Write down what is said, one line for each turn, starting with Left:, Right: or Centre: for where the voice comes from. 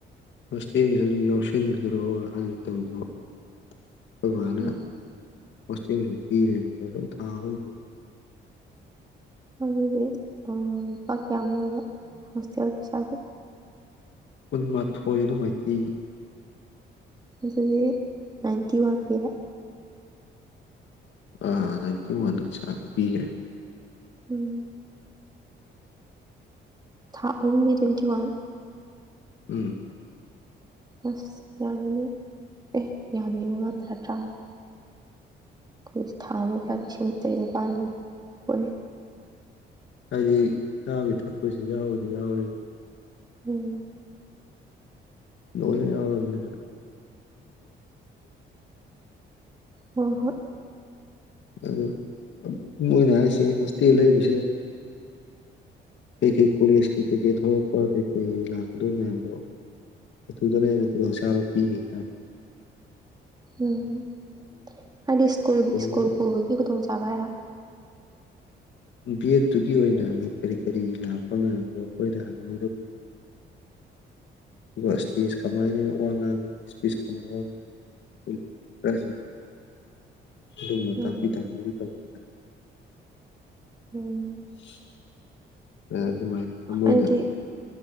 Left: ꯍꯣꯁꯇꯦꯡꯒꯤꯁꯨ ꯑꯗꯨꯝ ꯌꯥꯎꯁꯤꯟꯈ꯭ꯔꯣ ꯍꯥꯏꯅ ꯇꯧꯗꯅ ꯑꯩꯈꯣꯏ ꯕꯥꯅ
Right: ꯎꯝ
Left: ꯍꯣꯁꯇꯦꯟꯁꯤ ꯊꯤꯔꯦ ꯁꯨꯝ ꯊꯥ ꯑꯍꯨꯝ
Right: ꯑꯗꯨꯗꯤ ꯂꯨꯄꯥ ꯀꯌꯥꯃꯨꯛ ꯑꯣꯏꯕ ꯍꯣꯁꯇꯦꯜ ꯄꯩꯁꯥꯒꯤ
Left: ꯀꯨꯟꯃꯥꯊꯣꯏ ꯑꯗꯨꯃꯥꯏꯅ ꯊꯤ
Right: ꯑꯗꯨꯗꯤ ꯅꯥꯏꯟꯇꯤ ꯋꯥꯟ ꯄꯤꯔ
Left: ꯑ ꯅꯥꯏꯟꯇꯤ ꯋꯥꯟ ꯄꯤꯒꯦ
Right: ꯎꯝ ꯊꯥ ꯑꯍꯨꯝꯒꯤ ꯇ꯭ꯋꯦꯟꯇꯤ ꯋꯥꯟ
Left: ꯎꯝ
Right: ꯑꯁ ꯌꯥꯃꯤꯅꯦ ꯑꯦ ꯌꯥꯃꯤ ꯃꯉꯥ ꯇꯔꯥ ꯇꯔꯥꯃꯉ ꯑꯩꯈꯣꯏ ꯊꯥ ꯑꯃ ꯀꯌꯥ ꯂꯤꯁꯤꯡ ꯇꯔꯦꯠ ꯅꯤꯄꯥꯜꯒꯤ ꯍꯨꯜꯂꯤ
Left: ꯍꯥꯏꯗꯤ ꯆꯥꯕ ꯊꯛꯄꯁꯨ ꯌꯥꯎꯗꯤ ꯌꯥꯎꯔꯦ
Right: ꯎꯝ
Left: ꯂꯣꯏꯅ ꯌꯥꯎꯔꯕꯅꯤꯗ
Right: ꯍꯣꯏ ꯍꯣꯏ
Left: ꯑꯗꯨ ꯃꯣꯏꯅ ꯍꯥꯏꯔꯤꯁꯦ ꯍꯣꯁꯇꯦꯜ ꯂꯩꯕꯁꯦ ꯀꯩꯀꯩ ꯀꯣꯂꯤꯁꯀꯤ ꯀꯩꯀꯩ ꯊꯣꯛꯂꯛꯄ ꯀꯩꯀꯩ ꯂꯥꯛꯀꯗꯧ ꯃꯌꯥꯝꯗꯣ ꯑꯗꯨꯗꯅꯦ ꯍꯦꯟꯅ ꯈꯨꯗꯣꯡꯆꯥꯕ ꯄꯤꯅꯤ ꯍꯥꯏꯗꯣ
Right: ꯎꯝ ꯍꯥꯏꯗꯤ ꯁ꯭ꯀꯨꯜ
Left: ꯀꯩꯅꯣꯝꯃ
Right: ꯁ꯭ꯀꯨꯜ ꯄꯨꯕꯒꯤ ꯈꯨꯗꯣꯡꯆꯥꯕ ꯍꯥꯏꯔ
Left: ꯕꯤꯠ ꯇꯨꯒꯤ ꯑꯣꯏꯅ ꯀꯔꯤ ꯀꯔꯤ ꯂꯥꯛꯄ ꯃꯌꯥꯝꯗꯣ ꯑꯩꯈꯣꯏꯗ ꯍꯥꯟꯅ ꯑꯗꯨꯒ ꯏꯁꯇꯦꯖ ꯀꯃꯥꯏꯅ ꯋꯥ ꯉꯥꯡꯉꯅꯤ ꯏꯁꯄꯤꯁ ꯀꯃꯥꯏꯅ ꯋꯥ ꯉꯥꯡ <unintelligible> ꯑꯗꯨꯝꯅ
Right: ꯎꯝ
Left: ꯇꯥꯛꯄꯤ ꯇꯝꯕꯤꯕ ꯇꯧꯅꯤ
Right: ꯎꯝ
Left: <inaudible> ꯑꯗꯨꯃꯥꯏꯅ ꯃꯣꯏꯅ
Right: ꯑꯩꯗꯤ